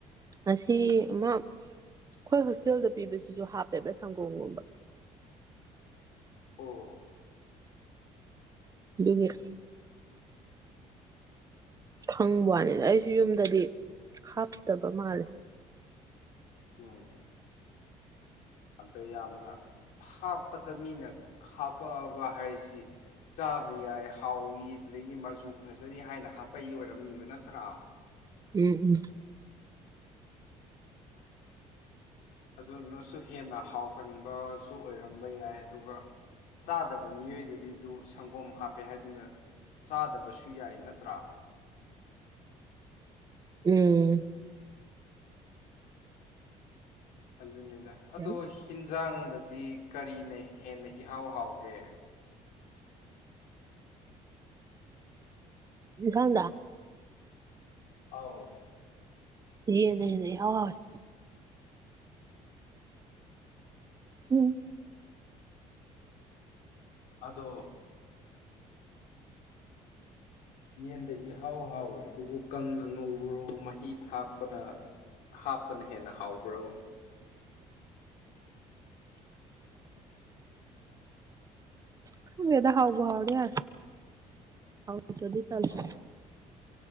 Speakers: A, on the right (about 25°); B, on the left (about 85°).
A: ꯑꯁꯤ ꯑꯃ ꯑꯩꯈꯣꯏ ꯍꯣꯁꯇꯦꯜꯗ ꯄꯤꯕꯁꯤꯁꯨ ꯍꯥꯞꯄꯦꯕ ꯁꯪꯒꯣꯝꯒꯨꯝꯕ
B: ꯑꯣ
A: ꯂꯤꯒꯦ ꯈꯪꯕꯋꯅꯤꯗ ꯑꯩꯁꯨ ꯌꯨꯝꯗꯗꯤ ꯍꯥꯞꯇꯕ ꯃꯥꯜꯂꯦ
B: ꯎꯝ ꯑꯗꯣ ꯌꯥꯝꯅ ꯍꯥꯞꯄꯗ ꯃꯤꯅ ꯍꯥꯄꯛꯑꯕ ꯍꯥꯏꯁꯤ ꯆꯥꯕ ꯌꯥꯏ ꯍꯥꯎꯏꯤ ꯑꯗꯨꯗꯒꯤ ꯃꯆꯨ ꯐꯖꯩ ꯍꯥꯏꯅ ꯍꯥꯞꯄꯛꯏ ꯑꯣꯏꯔꯝꯅꯤꯕ ꯅꯠꯇ꯭ꯔꯥ
A: ꯎꯝ ꯎꯝ
B: ꯑꯗꯨꯅꯁꯨ ꯍꯦꯟꯅ ꯍꯥꯎꯍꯟꯕꯁꯨ ꯑꯣꯏꯔꯝꯕ ꯌꯥꯏ ꯑꯗꯨꯒ ꯆꯥꯗꯕ ꯃꯤꯑꯣꯏꯗꯗꯤꯗꯨ ꯁꯪꯒꯣꯝ ꯍꯥꯞꯄꯦ ꯍꯥꯏꯗꯨꯅ ꯆꯥꯗꯕꯁꯨ ꯌꯥꯏ ꯅꯠꯇ꯭ꯔꯥ
A: ꯎꯝ
B: ꯑꯗꯨꯅꯤ ꯑꯗꯣ
A: ꯌꯥꯝ
B: ꯍꯤꯟꯖꯥꯡ ꯗꯗꯤ ꯀꯔꯤꯅ ꯍꯦꯟꯅ ꯏꯍꯥꯎ ꯍꯥꯎꯒꯦ
A: ꯏꯟꯁꯥꯡꯗ
B: ꯑꯥꯎ
A: ꯌꯦꯟꯅ ꯍꯦꯟꯅ ꯏꯍꯥꯎ ꯍꯥꯎꯏ ꯎꯝ
B: ꯑꯗꯣ ꯌꯦꯟꯗ ꯏꯍꯥꯎ ꯍꯥꯎꯔꯤꯗꯨꯕꯨ ꯀꯪꯅ ꯉꯧꯕ꯭ꯔꯣ ꯃꯍꯤ ꯊꯥꯛꯄꯅ ꯍꯥꯞꯄꯅ ꯍꯦꯟꯅ ꯍꯥꯎꯕ꯭ꯔꯣ
A: ꯈꯪꯗꯦꯗ ꯍꯥꯎꯕꯨ ꯍꯥꯔꯗꯤ ꯌꯥꯔꯦ ꯑꯗꯨꯗꯤ ꯇꯜ
B: ꯑꯣ
A: <inaudible>